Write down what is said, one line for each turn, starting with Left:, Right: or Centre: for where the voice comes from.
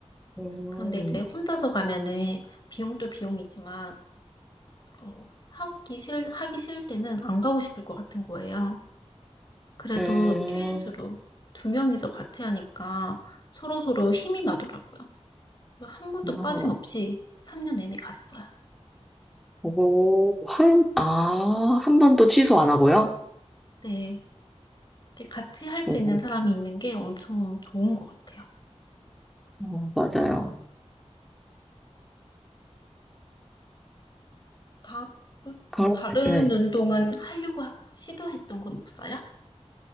Centre: 음,
Left: 그런데 이제 혼자서 가면은 비용도 비용이지만, 어, 하기 싫, 하기 싫을 때는 안 가고 싶을 것 같은 거예요. 그래서
Centre: 음,
Left: 듀엣으로 두 명이서 같이 하니까 서로서로 힘이 나더라고요. 그래서 한 번도
Centre: 아,
Left: 빠짐없이
Centre: 맞-
Left: 3년 내내 갔어요.
Centre: 오, 하루, 아, 한 번도 취소 안 하고요?
Left: 네. 이렇게 같이 할 수
Centre: 오,
Left: 있는 사람이 있는 게 엄청 좋은 것 같아요.
Centre: 어, 맞아요.
Left: 다, 또
Centre: 그럼,
Left: 다른
Centre: 네.
Left: 운동은 하려고 하- 시도했던 건 없어요?